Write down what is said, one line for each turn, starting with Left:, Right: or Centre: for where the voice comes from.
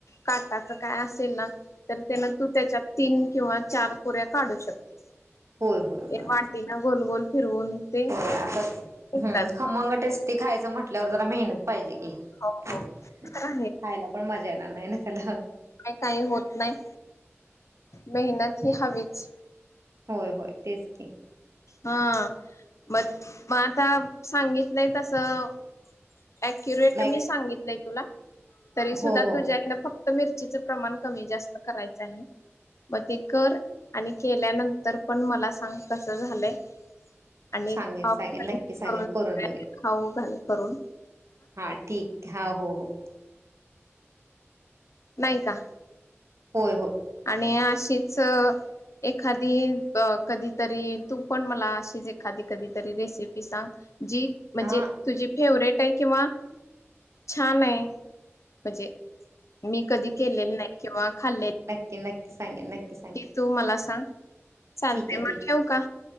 Left: काटाचं काय असेल ना, तर त्याला तू त्याच्यात तीन किंवा चार पुऱ्या काढू शकतेस.
Right: होय होय
Left: हे
Right: होय
Left: वाटीन गोलगोल फिरवून. ते
Right: होय असं असतं.
Left: निघतात
Right: हम खमंग टेस्टी खायचं म्हटल्यावर, जरा मेहनत पाहिजे की
Left: हो
Right: खायला
Left: हो तर
Right: पण मजा येणार नाही ना. त्याला
Left: का काही होत नाही. मेहनत ही हवीच.
Right: होय होय. तेच की
Left: हा. मग मग आता सांगितलंय तसं अक्युरेट
Right: नाही
Left: मी सांगितलंय तुला तरी सुद्धा
Right: हो हो
Left: तुझ्या आईने फक् तर मिरचीचं प्रमाण कमी जास्त करायचं आहे. मग ते कर. आणि केल्यानंतर पण मला सांग कस झालंय आणि
Right: सांगेन
Left: खाऊ
Right: सांगेन
Left: घालून
Right: नक्की सांगेन
Left: करून.
Right: बघेन
Left: खाऊ घाल करून
Right: हा ठीक हा. हो हो.
Left: नाहीय का.
Right: होय होय.
Left: आणि अशीच अ. एखादी अ कधीतरी तू पण मला अशीच एखादी कधीतरी रेसिपी सांग? जी म्हणजे,
Right: हा
Left: तुझी फेवरेट आहे. किंवा छान आहे म्हणजे, मी कधी केलेले नाही. किंवा खाल्ले
Right: ल. नक्की सांगेन. नक्की सांगेन.
Left: तू मला सांग चालतेय.
Right: ठीक आहे
Left: मग
Right: ठीक
Left: ठेऊ
Right: आहे
Left: का.